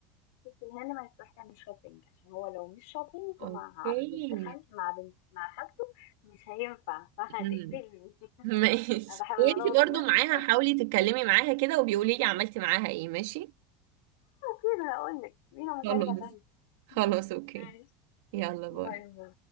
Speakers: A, on the left; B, on the right.
A: الست الهند ما هتروح تعمل شوبينج عشان هو لو مش شوبينج
B: اوكي
A: مع بنت خالتي مع بنت مع خالته مش هينفع فهتقتلني
B: مم. ماشي
A: <laughs> انا بحاول
B: وانتي
A: ارد
B: برضو
A: بس
B: معاها حاولي تتكلمي
A: <laughs>
B: معاها كده وبيقولي لي عملتي معاها ايه ماشي
A: كده هقول لك لينا مكالمه
B: خلاص
A: تانيه
B: خلاص اوكي
A: ماشي
B: يلا باي
A: باي باي.